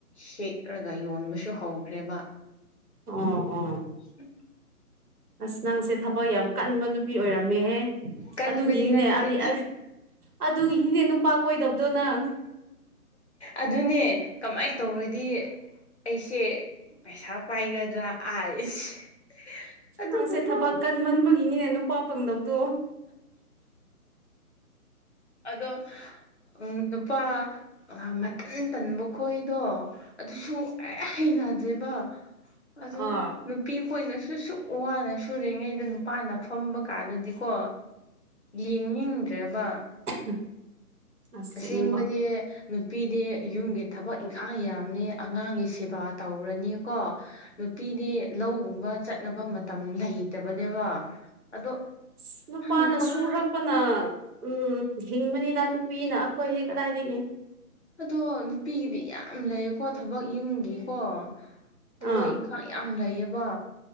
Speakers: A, on the left; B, on the right.
A: ꯍꯦꯛꯔꯑꯒ ꯌꯣꯟꯕꯁꯨ ꯍꯧꯈ꯭ꯔꯦꯕ
B: ꯑꯣ ꯑꯣ
A: <unintelligible>
B: ꯑꯁ ꯅꯪꯁꯦ ꯊꯕꯛ ꯌꯥꯝ ꯀꯟꯕ ꯅꯨꯄꯤ ꯑꯣꯏꯔꯝꯃꯦꯍꯦ
A: ꯀꯟꯕꯗꯤ
B: ꯑꯗꯨꯒꯤꯅꯤꯅꯦ
A: ꯅꯠꯇꯦ
B: ꯑꯔꯤ ꯑꯁ ꯑꯗꯨꯒꯤꯅꯤꯅꯦ ꯅꯨꯄꯥ ꯀꯣꯏꯗꯕꯗꯣ ꯅꯪ
A: ꯑꯗꯨꯅꯦ ꯀꯃꯥꯏ ꯇꯧꯔꯗꯤ ꯑꯩꯁꯦ ꯄꯩꯁꯥ ꯄꯥꯏꯒꯗ꯭ꯔꯥ ꯑꯥꯏꯁ ꯑꯗꯨꯒꯨꯝꯕ
B: ꯅꯪꯁꯦ ꯊꯕꯛ ꯀꯟꯃꯟꯕꯒꯤꯅꯤꯅꯦ ꯅꯨꯄꯥ ꯐꯪꯗꯕꯗꯣ
A: ꯑꯗꯣ ꯎꯝ ꯅꯨꯄꯥ ꯃꯇꯟ ꯇꯟꯕ ꯈꯣꯏꯗꯣ ꯑꯗꯨꯁꯨ ꯑꯩ ꯍꯩꯅꯗꯦꯕ ꯑꯗꯣ
B: ꯑꯥ
A: ꯅꯨꯞ ꯄꯤ ꯈꯣꯏꯅꯁꯨ ꯁꯨꯛ ꯋꯥꯅ ꯁꯔꯤꯉꯩꯗ ꯅꯨꯄꯥꯅ ꯐꯝꯕ ꯀꯥꯗꯨꯗꯤꯀꯣ ꯌꯦꯡꯅꯤꯡꯗ꯭ꯔꯦꯕ
B: <unintelligible> ꯑꯁꯦꯡꯕ
A: ꯑꯁꯦꯡꯕꯗꯤ ꯅꯨꯄꯤꯗꯤ ꯌꯨꯝꯒꯤ ꯊꯕꯛ ꯏꯪꯈꯥꯡ ꯌꯥꯝꯅꯤ ꯑꯉꯥꯡꯒꯤ ꯁꯦꯕꯥ ꯇꯧꯔꯅꯤꯀꯣ ꯅꯨꯄꯤꯗꯤ ꯂꯧꯒꯨꯝꯕ ꯆꯠꯅꯕ ꯃꯇꯝ ꯂꯩꯇꯕꯅꯦꯕ ꯑꯗꯣ
B: <unintelligible> ꯅꯨꯄꯥꯅ
A: ꯅꯨꯄꯥ
B: ꯁꯨꯔꯛ ꯄꯅ ꯎꯝ ꯍꯤꯡꯕꯅꯤꯗ ꯅꯨꯄꯤꯅ ꯑꯩꯈꯣꯏꯗꯤ ꯀꯗꯥꯏꯗꯒꯤ
A: ꯑꯗꯣ ꯅꯨꯄꯤꯒꯤꯗꯤ ꯌꯥꯝ ꯂꯩꯌꯦꯀꯣ ꯊꯕꯛ ꯌꯨꯝꯒꯤꯀꯣ ꯊꯕꯛ
B: ꯑꯥ
A: ꯏꯪꯈꯥꯡ ꯌꯥꯝ ꯂꯩꯌꯦꯕ